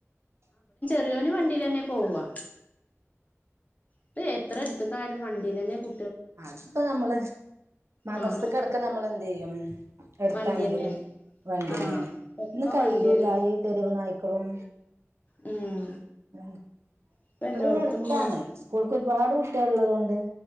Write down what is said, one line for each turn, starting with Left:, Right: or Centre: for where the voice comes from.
Left: വല്ല്യോന് വണ്ടി തന്നെ പോവാ ഇപ്പെ എത്ര എട്ത്ത്ക്കായാലും വണ്ടിലെന്നെ കു
Right: അത്പ്പോ നമ്മള് മദ്രസക്ക്
Left: ആഹ്
Right: എടക്ക് നമ്മള് എന്തെയ്യും എട്ത്താണെങ്കിലും
Left: വണ്ടിയന്നെ
Right: വണ്ടിയന്നേണ്
Left: ആഹ് ഒക്കെ
Right: ഇന്ന് കയ്യൂലാ
Left: വണ്ടിയല്ലേ
Right: ഈ തെരുവ് നായ്ക്കളും
Left: ഉം
Right: ഉം
Left: ഇപ്പ
Right: ഇവടെ
Left: എല്ലോടത്തും
Right: പിന്നെ എട്ത്താണ്
Left: ആഹ്
Right: സ്കൂൾക്ക് ഒരുപാട് കു ഒള്ളത് കൊണ്ടേ